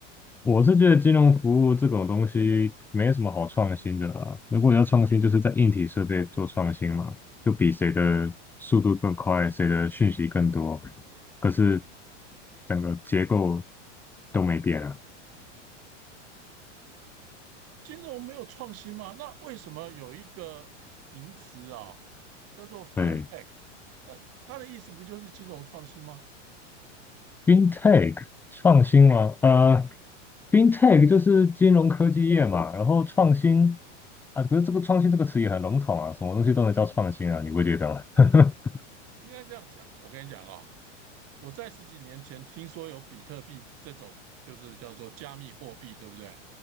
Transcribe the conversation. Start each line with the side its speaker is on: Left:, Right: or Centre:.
Centre: 我是觉得金融服务这种东西没什么好创新的啦。如果要创新，就是在硬体设备做创新嘛，就比谁的速度更快，谁的讯息更多。可是整个结构都没变啊。
Right: 金融没有创新吗？那为什么有一个名词啊，叫做 FinTech？
Centre: 对
Right: 那它的意思不就是金融创新吗？
Centre: ，FinTech 创新嘛，呃，FinTech 就是金融科技业嘛，然后创新啊，可是这个创新这个词也很笼统啊，什么东西都能叫创新啊，你不觉得吗？<laughs>
Right: 应该这样讲。我跟你讲啊，我在十几年前听说有比特币这种，就是叫做加密货币，对不对？